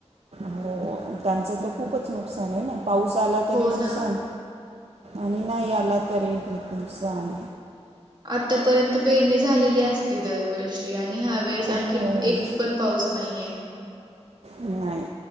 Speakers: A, on the right; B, on the right.
A: हो त्यांचं तर खूपच नुकसान आहे ना पाऊस आला तरी
B: हो
A: नुकसान
B: ना
A: आणि नाही आला तरी नुकसान
B: आतापर्यंत पेरणी झालेली असती दरवर्षी आणि हा वेळेस
A: हो
B: आणखी एक पण पाऊस नाहीये
A: नाही